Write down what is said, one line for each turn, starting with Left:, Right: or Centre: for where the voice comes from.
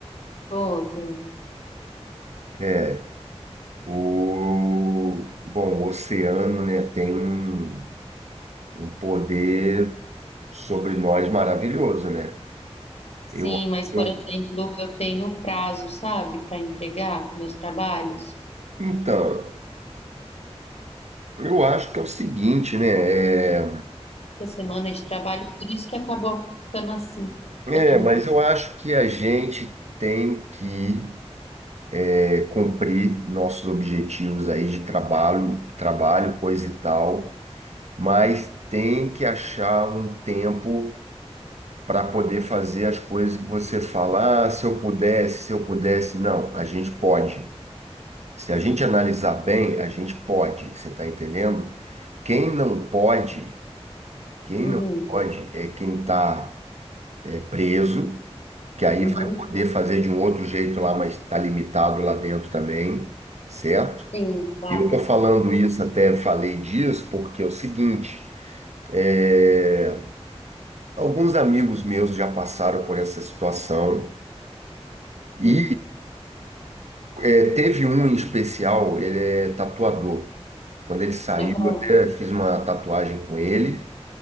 Left: Tô, tô.
Right: é, o, bom, o oceano, né, tem um, um poder sobre nós maravilhoso, né?
Left: Sim,
Right: Eu,
Left: mas, por
Right: eu,
Left: exemplo, eu tenho prazo, sabe, para entregar meus trabalhos.
Right: então, eu acho que é o seguinte, né, é,
Left: Essa semana de trabalho, por isso que acabou ficando assim.
Right: é,
Left: Então,
Right: mas eu acho que a gente tem que é, cumprir nossos objetivos aí de trabalho, trabalho, coisa e tal. mas tem que achar um tempo para poder fazer as coisas que você fala, ah, se eu pudesse, se eu pudesse. Não, a gente pode. Se a gente analisar bem, a gente pode, você está entendendo? Quem não pode, quem
Left: uhum,
Right: não pode é quem está preso, que aí
Left: uhum,
Right: vai poder fazer de um outro jeito lá, mas está limitado lá dentro também, certo?
Left: sim, claro.
Right: Eu estou falando isso, até falei disso, porque é o seguinte, é, Alguns amigos meus já passaram por essa situação e
Left: Uhum,
Right: eh, teve um em especial, ele é tatuador. Quando ele saiu,
Left: aham,
Right: eu até fiz uma tatuagem com ele